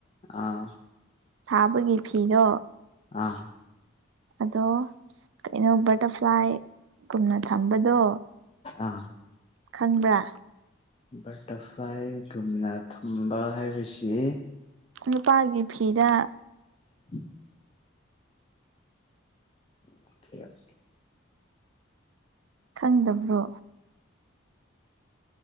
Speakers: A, on the left; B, on the right.
A: ꯑꯥ꯫
B: ꯁꯥꯕꯒꯤ ꯐꯤꯗꯣ꯫
A: ꯑ꯫
B: ꯑꯗꯣ ꯀꯩꯅꯣ ꯕꯇꯔꯐ꯭ꯂꯥꯏꯒꯨꯝꯅ ꯊꯝꯕꯗꯣ꯫
A: ꯑꯥ꯫
B: ꯈꯪꯕ꯭ꯔꯥ꯫
A: ꯕꯇꯔꯐ꯭ꯂꯥꯏꯒꯨꯝꯅ ꯊꯝꯕ ꯍꯥꯏꯕꯁꯤ꯫
B: ꯅꯨꯄꯥꯒꯤ ꯐꯤꯗ꯫
A: <inaudible> ꯑꫭꯈ‌ꯦ ꯑꫭꯈ‌ꯦ꯫
B: ꯈꯪꯗꯕ꯭ꯔꯣ꯫